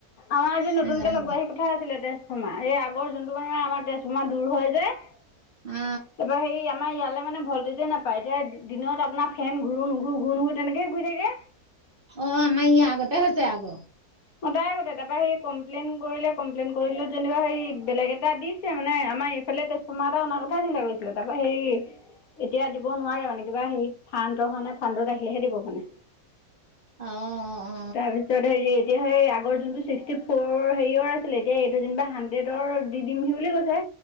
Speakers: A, on the left; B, on the right.
A: আমাৰ আজি নতুনকে
B: নাজানো
A: লগোৱা আহি কথা আছিলে তেজফৰ্মা, এই আগৰ যোনটো মানে আমাৰ তেজফৰ্মা দূৰ হয়- যে। তাৰপৰা
B: অ
A: হেৰি আমাৰ ইয়ালে মানে ভল- বোজিয়ে নাপায়। এতিয়া দিনত আপোনাৰ ফেন ঘূৰো নুঘূৰো ঘূৰো নুঘূৰো তেনেকে ঘূৰি থাকে।
B: অঁ আমাৰ ইয়াত আগতে হৈছে আক।
A: মতাই গতে তাৰপৰা সেই কমপ্লেইন কৰিলে কমপ্লেইন কৰিলোঁ যেনিবা সেই বেলেগ এটা দিছে মানে আমাৰ এইফালে তেজপমা এটা- কথা চিন্তা কৰিছিলে। তাৰপৰা হেৰি- এতিয়া দিব নোৱাৰে মানে কিবা হেৰি ফান্ড অহ নে ফান্ডত আহিলেহে দিব মানে।
B: অ অ
A: তাৰপিছত হেৰি- এতিয়া সেই আগৰ যোনটো ছিক্সটি ফ'ৰ হেৰিয়ৰ আছিলে। এতিয়া এইটো যেনিবা হাণ্ড্ৰেডৰ দি দিমহি বুলি কৈছে।